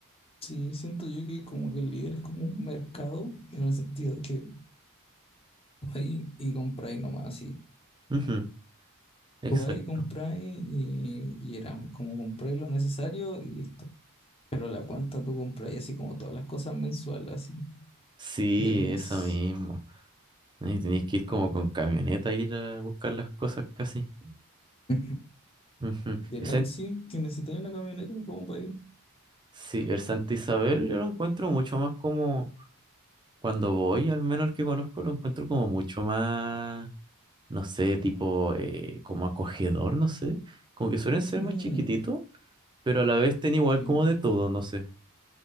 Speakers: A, on the left; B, on the right.
A: Sí, siento yo que como que el líder es como un mercado, en el sentido de que vais y compráis nomás así.
B: Ujú, exacto.
A: Vais y compráis y, y era como compráis lo necesario y listo. Pero la cuenta tú compráis así como todas las cosas mensuales así
B: Sí,
A: del mes.
B: eso mismo. Y tenéis que ir como con camioneta a ir a buscar las cosas casi.
A: Ujú.
B: Ujú.
A: Literal,
B: El San-
A: sí, que necesitáis una camioneta como para ir.
B: sí, el Santa Isabel yo lo encuentro mucho más como cuando voy, al menos el que conozco, lo encuentro como mucho más, no sé, tipo eh, como acogedor, no sé. Como que suelen ser
A: Mm,
B: más chiquititos, pero a la vez ten igual
A: sí.
B: como de todo, no sé.